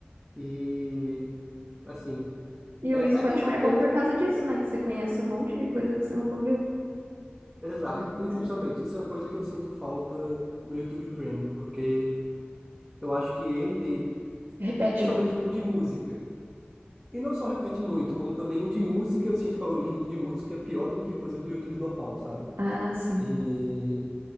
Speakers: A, in the centre; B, on the right.
A: E assim,
B: E
A: é,
B: o Spotify
A: é bem bacana,
B: é bom por causa disso, né? Que você conhece um monte de coisa que você nunca ouviu.
A: exato.
B: Vai conhecendo.
A: E, justamente, isso é uma coisa que eu sinto falta no YouTube Premium, porque eu acho que ele,
B: Repete
A: principalmente
B: muito.
A: o de música, e não só repete muito, como também o de música, eu sinto que o algoritmo do de música é pior do que, por exemplo, o YouTube normal, sabe?
B: Ah, sim.
A: E